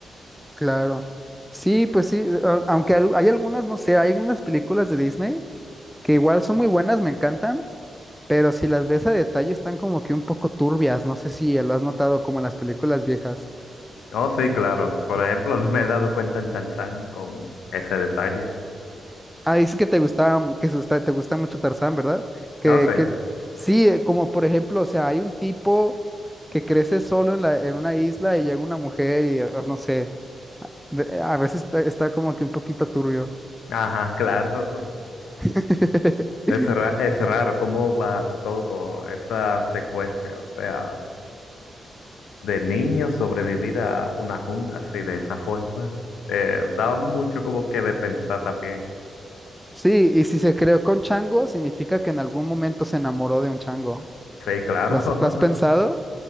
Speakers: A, in the centre; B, on the left.
A: Claro. Sí, pues sí, a- aunque al- hay algunas, no sé, hay unas películas de Disney que igual son muy buenas, me encantan, pero si las ves a detalle están como que un poco turbias, no sé si lo has notado como en las películas viejas.
B: Oh, sí, claro. Por ejemplo, <laughs> no me he dado cuenta en Tarzán con ese detalle.
A: Ah, dices que te gustaba, que se gusta- te gusta mucho Tarzán, ¿verdad? Que,
B: Oh, sí.
A: que sí, eh, como por ejemplo, o sea, hay un tipo que crece solo en la, en una isla y llega una mujer y eh, no sé, de- a veces está, está como que un poquito turbio.
B: Ajá, <laughs> claro.
A: <laughs>
B: Es, ra- es raro cómo va todo esa secuencia. O sea, de niño sobrevivir a una jungla así de esa forma. Eh, da mucho como que de pensar también.
A: Sí, y si se creó con chango, significa que en algún momento se enamoró de un chango.
B: Sí, claro.
A: ¿Lo has, lo has pensado?
B: <laughs>